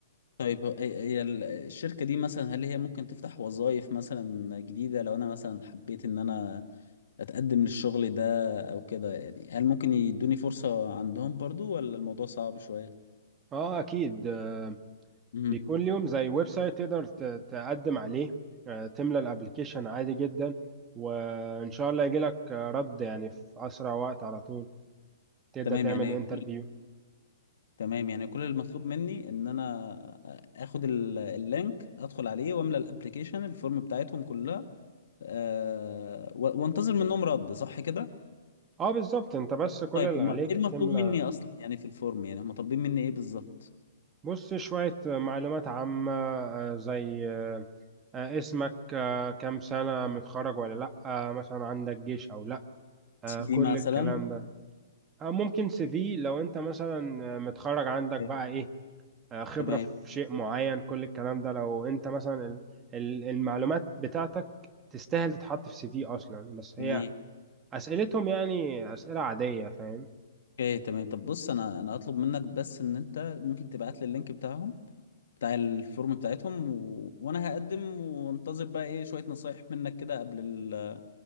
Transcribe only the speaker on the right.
اه اكيد آه،
بيكون ليهم زي ويب سايت تقدر ت- تقدم عليه آه، تملى الابليكيشن عادي جدا وان شاء الله يجي لك رد يعني في اسرع وقت على طول تبدا
تعمل
انترفيو
اه بالظبط انت بس كل
اللي
عليك
تملى
بص شويه معلومات عامه آه، زي آه، آه، اسمك آه، كام سنه متخرج ولا لا آه، مثلا عندك جيش او لا آه،
كل
الكلام ده آه، ممكن سي في لو انت مثلا آه، متخرج عندك
بقى ايه آه، خبرة
في شيء معين كل الكلام ده لو انت مثلا ال- ال- المعلومات بتاعتك تستاهل تتحط في سي في اصلا بس هي
اسئلتهم يعني اسئلة عادية فاهم